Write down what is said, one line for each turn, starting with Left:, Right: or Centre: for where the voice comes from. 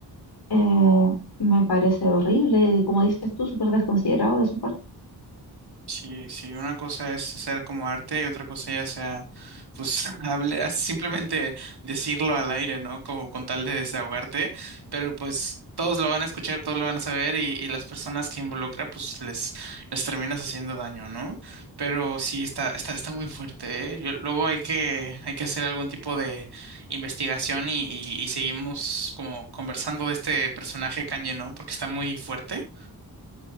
Left: eh, me parece horrible. Y como dices tú, súper desconsiderado de su parte.
Right: Sí, sí, una cosa es hacer como arte y otra cosa ya sea, pues, <laughs> hable, ah, simplemente decirlo al aire, ¿no? Como con tal de desahogarte, pero pues todos lo van a escuchar, todos lo van a saber y, y las personas que involucra, pues les, les terminas haciendo daño, ¿no? Pero sí, está, está, está muy fuerte, ¿eh? Yo- luego hay que, hay que hacer algún tipo de investigación y, y, y seguimos como conversando de este personaje Kanye, ¿no? Porque está muy fuerte.